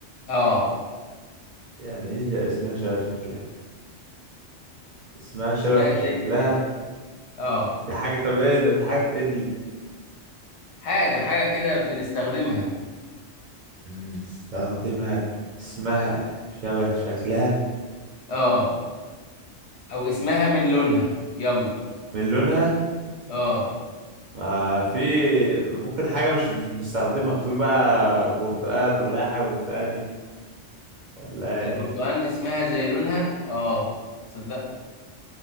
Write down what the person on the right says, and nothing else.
يعني ايه ده اسمها شبه شكلها اسمها شبه
شكلها
دي حاجة طب ايه ده في حاجة في ايه دي
مم، استخدمها اسمها شبه شكلها
من لونها
ما في ممكن حاجة مش مش بنستخدمها في بقى برتقال ولا أي حاجة برتقاني ولا